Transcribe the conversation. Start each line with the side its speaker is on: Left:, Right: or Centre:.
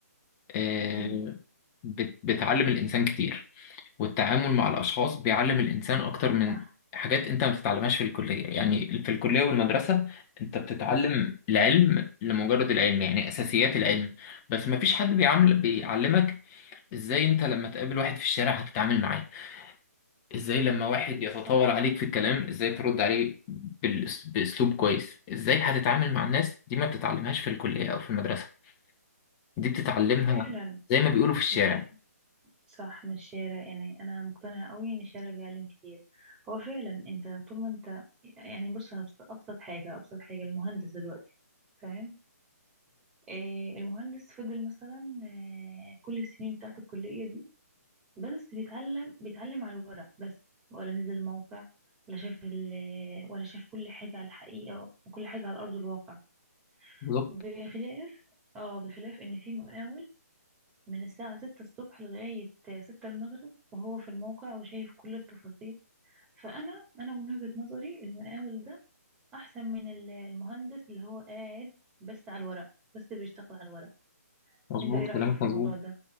Left: آه،
Right: امم
Left: بت- بتعلم الانسان كتير والتعامل مع الاشخاص بيعلم الانسان اكتر من
Right: صح
Left: حاجات انت ما بتتعلمهاش في الكليه يعني في الكليه والمدرسه انت بتتعلم العلم لمجرد العلم يعني اساسيات العلم بس ما فيش حد بيعمل بيعلمك ازاي انت لما تقابل واحد في الشارع هتتعامل معاه ازاي لما واحد يتطاول
Right: صح
Left: عليك في الكلام ازاي ترد عليه بالأس- باسلوب كويس ازاي هتتعامل مع الناس دي ما بتتعلمهاش في الكلية او في المدرسة دي بتتعلمها
Right: فعلا
Left: زي ما بيقولوا في الشارع
Right: من صح من الشارع يعني انا مقتنعه قوي ان الشارع بيعلم كتير هو فعلا انت طول ما انت يعني بص أبس- ابسط حاجه ابسط حاجه المهندس دلوقتي تمام آه، المهندس فضل مثلا آه، كل السنين بتاعت الكلية دي بس بيتعلم بيتعلم على الورق بس ولا نزل موقع ولا شاف ال ولا شاف كل حاجة على الحقيقة وكل حاجة على أرض الواقع
Left: بالظبط
Right: بخلاف اه بخلاف إن في مقاول من الساعة ستة الصبح لغاية ستة المغرب وهو في الموقع وشايف كل التفاصيل فأنا أنا من وجهة نظري المقاول ده أحسن من ال- المهندس اللي هو قاعد بس على الورق بس بيشتغل على الورق
Left: مظبوط
Right: انت ايه رأيك
Left: كلامك
Right: في الموضوع
Left: مظبوط
Right: ده